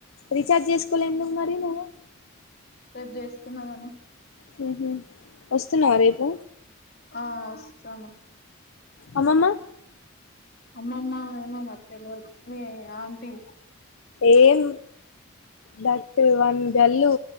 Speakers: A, on the left; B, on the left.
A: రీఛార్జ్ చేసుకోలే ఎందుకు మరి నువ్వు
B: సది చేసుకుందామని
A: హ వస్తున్నావా రేపు
B: ఆ చమా
A: అవుమన్నా
B: అమ్మమ్ ఏమ మత్త తెల్దు మీ ఆంటీ
A: ఏం దట్ వన్ గల్లు